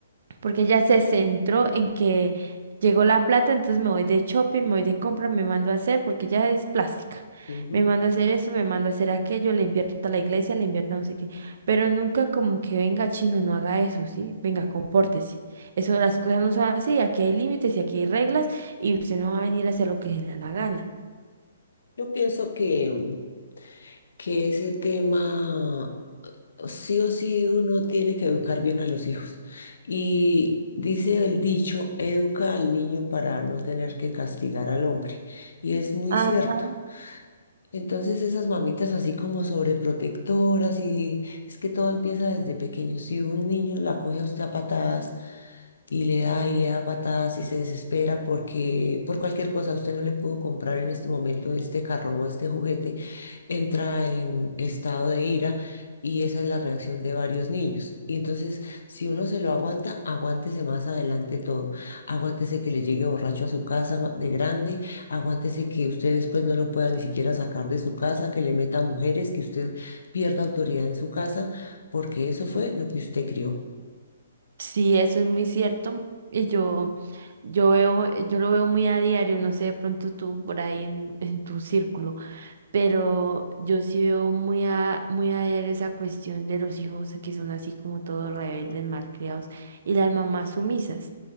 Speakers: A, on the right; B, on the left.
A: porque ella se centró en que llegó la plata, entonces me voy de shopping, me voy de compra, me mando a hacer, porque ella es plástica.
B: ujú.
A: Me mando a hacer eso, me mando a hacer aquello, le invierto a la iglesia, le invierto a no sé qué. Pero nunca como que venga chino, no haga eso, ¿sí? Venga, compórtese. Eso, las cosas no son así, aquí hay límites y aquí hay reglas y usted no va a venir a hacer lo que se le da la gana.
B: Yo pienso que, mm, que ese tema sí o sí uno tiene que educar bien a los hijos. Y dice el dicho, educa al niño para no tener que castigar al hombre. Y es muy
A: Ajá.
B: cierto. Entonces esas mamitas así como sobreprotectoras y es que todo empieza desde pequeño. Si un niño la coge a usted a patadas, y le da y le da patadas y se desespera porque por cualquier cosa usted no le pudo comprar en este momento este carro o este juguete, entra en estado de ira y esa es la reacción de varios niños. Y entonces, si uno se lo aguanta, aguántese más adelante todo. Aguántese que le llegue borracho a su casa ma- de grande, aguántese que usted después no lo pueda ni siquiera sacar de su casa, que le meta mujeres, que usted pierda autoridad en su casa, porque eso fue lo que usted crió.
A: Sí, eso es muy cierto. Y yo, yo veo, yo lo veo muy a diario, no sé, de pronto tú por ahí en, en tu círculo. pero yo sí veo muy a, muy a ver esa cuestión de los hijos que son así como todos rebeldes, malcriados, y las mamás sumisas.